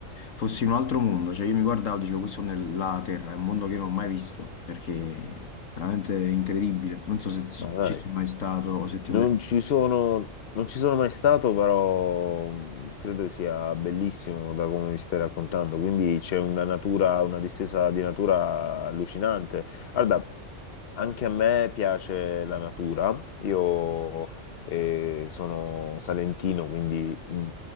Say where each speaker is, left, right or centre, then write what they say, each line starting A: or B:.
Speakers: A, on the left (about 75°); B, on the left (about 55°).
A: fossi in un altro mondo, cioè io mi guardavo e dicevo questo è la Terra, è un mondo che io non ho mai visto, perché è veramente incredibile, non so se ci,
B: Ma dai.
A: ci sei mai stato o se ti
B: Non
A: potrei...
B: ci sono... non ci sono mai stato, però mh, credo sia bellissimo da come mi stai raccontando. Quindi c'è una natura, una distesa di natura allucinante. Guarda, Anche a me piace la natura. Io eh, sono salentino, quindi mh,